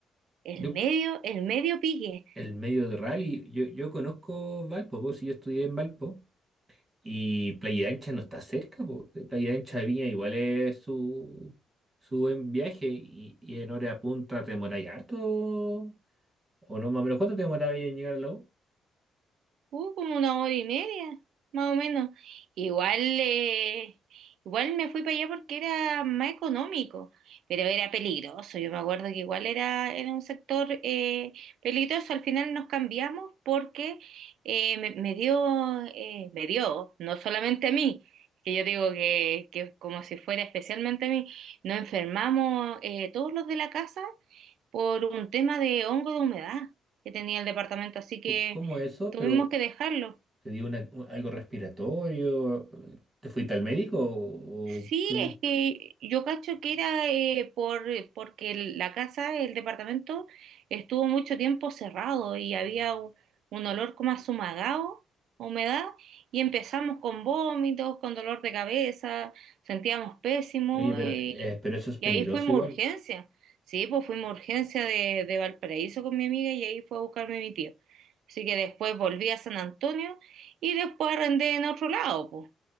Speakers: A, on the right; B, on the right.
A: El
B: Yo,
A: medio, el medio pique.
B: el medio de rally, yo, yo conozco Valpo, pues, si yo estudié en Valpo, Y Playa Ancha no está cerca, po. De Playa Ancha a Viña igual es su, su buen viaje y, y en hora punta te demoráis harto. O no, más o menos, ¿cuánto te demorabas en llegar al lago?
A: Uh, como una hora y media, más o menos. Igual, eh, igual me fui para allá porque era más económico, pero era peligroso. Yo me acuerdo que igual era, era un sector eh, peligroso. Al final nos cambiamos porque eh, me, me dio, eh, me dio, no solamente a mí, que yo digo que, que como si fuera especialmente a mí, nos enfermamos eh, todos los de la casa por un tema de hongo de humedad que tenía el departamento, así que
B: ¿Cómo eso?
A: tuvimos
B: Pero
A: que dejarlo.
B: te dio una- un- algo respiratorio. ¿Te fuiste al médico? ¿O,
A: Sí,
B: o qué on-
A: es que yo cacho que era eh, por, porque el- la casa, el departamento, estuvo mucho tiempo cerrado y había un, un olor como a sumagado, humedad, y empezamos con vómitos, con dolor de cabeza, sentíamos pésimo
B: Oye, pero,
A: eh,
B: eh, pero eso es peligroso
A: Y ahí fuimos
B: igual.
A: a urgencia. Sí, pues fuimos a urgencia de, de Valparaíso con mi amiga y ahí fue a buscarme mi tío. Así que después volví a San Antonio y después arrendé en otro lado, pues.